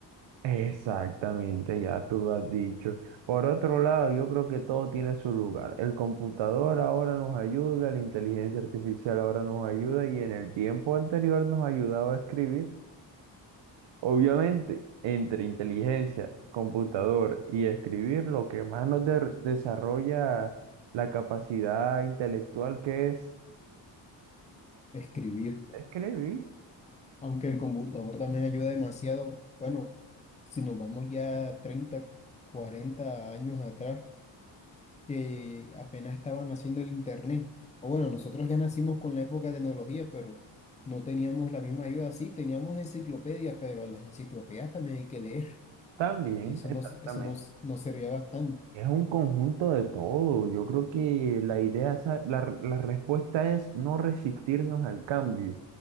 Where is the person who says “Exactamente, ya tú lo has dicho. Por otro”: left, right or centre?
Right